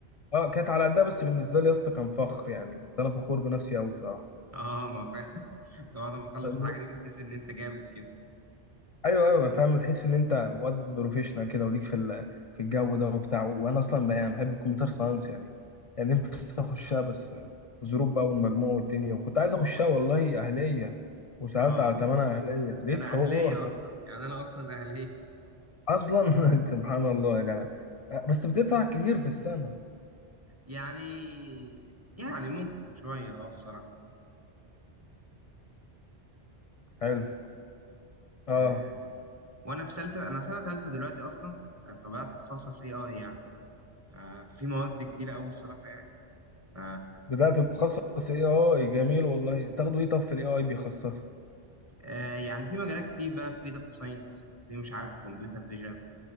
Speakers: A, on the left (about 40°); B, on the right (about 15°).
A: اه كانت على قدها بس بالنسبة لي يا اسطى كان فخر يعني كنت انا فخور بنفسي قوي بصراحة
B: اه ما فاهم <laughs> طبعا لما تخلص
A: ف-
B: <laughs> الحاجه دي بتحس ان انت جامد كده
A: ايوه ايوه فاهم تحس ان انت واد بروفيشنال كده وليك في ال- في الجو ده وبتاع وانا اصلا بقى يعني بحب الكمبيوتر ساينس يعني يعني نفسي اخشها بس الظروف بقى والمجموع والدنيا وكنت عايز اخشها والله اهلية وسألت
B: اه
A: على تمنها اهلية
B: ده
A: لقيت
B: انا
A: حوار
B: اهليه اصلا يعني انا اصلا اهليه
A: اصلا <laughs> سبحان الله يا جدع آه، بس بتدفع كتير في السنه
B: يعني يعني ممكن شوية اه الصراحة
A: حلو اه
B: آه وانا في سلتة انا في سنة تالتة دلوقتي اصلا آه، فبدأت اتخصص اي اي يعني ف- ففي مواد كتيرة اوي الصراحة يعني ف
A: بدات تتخصص اي اي جميل والله تاخده ايه طب في الاي اي بيخصصك
B: آه يعني في مجالات كتير بقى في داتا ساينس في مش عارف كمبيوتر فيجن